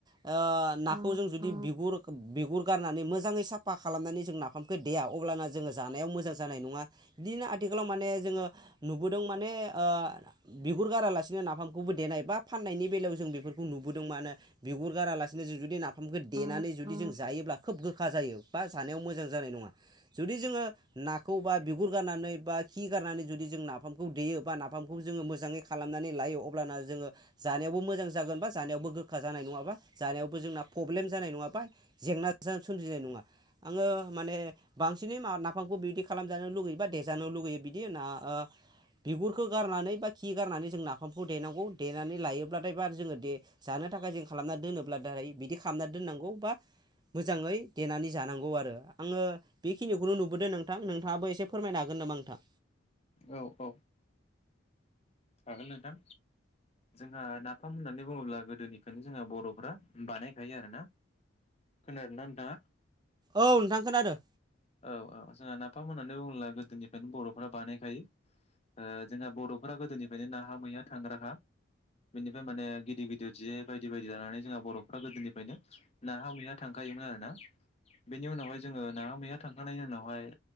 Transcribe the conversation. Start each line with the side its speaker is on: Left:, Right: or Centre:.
Right: ओ नाखौ जों जुदि बिगुर बिगुर गारनानै मोजाङै साफा खालामनानै जों नाफामखौ देया अब्लाना जोङो जानायाव मोजां जानाय नङा बिदिनो आथिखालाव माने जोङो नुबोदों माने ओ बिगुर गारालासिनो नाफामखौबो देनाय बा फाननायनि बेलायाव जों बेफोर खौ नुबोदों माने बिगुर गारालासिनो जों जुदि नाफामखौ देनानै जुदि जों जायोब्ला खोब गोखा जायो बा जानायाव मोजां जानाय नङा जुदि जोङो नाखौ बा बिगुर गारनानै बा खि गारनानै जुदि जों नाफामखौ देयो बा नाफामखौ जोङो मोजाङै खालामनानै लायो अब्लाना जोङो जानायावबो मोजां जा जागोन बा जानायावबो गोखा जानाय नङा बा जानायावबो जोंना प्रब्लेम जानाय नङा बा जेंना सोमजिनाय नङा आङो माने बांसिनै मा नाफामखौ बिदि खालामजानो लुबैयो बा देजानो लुबैयो बिदि ना ओ बिगुरखौ गारनानै बा खि गारनानै जों नाफामखौ देनांगौ देनानै लायोब्लाथाय एबार जोङो दे जानो थाखाय जों खालामनानै दोनोब्ला दाराय बिदि खामना दोननांगौ बा मोजाङै देनानै जानांगौ आरो आङो बेखिनिखौनो नुबोदों नोंथां नोंथाङाबो एसे फोरमायनो हागोन नामा नोंथां?
Left: औ औ हागोन नोंथां जोंहा नाफाम होननानै बुङोब्ला गोदोनिखौनो जोंहा बर'फ्रा बानायखायो आरोना खोनादों ना नोंथाङा
Right: औ नोंथां खोनादों।
Left: औ ओ जोंहा नाफामनानै बुङोब्ला गोदोनिफ्रायनो बर'फोरा बानायखायो ओ जोंहा बर'फोरा गोदोनिफ्रायनो नाहा मैया थांग्राखा बेनिफ्राय माने गिदिर-गिदिर जे बायदि-बायदि लानानै जोंहा बर'फोरा गोदोनिफ्रायनो नाहा मैहा थांखायोमोन आरोना बेनि उनावहाय जोङो नाहा मैहा थांखांनायनि उनाव हाय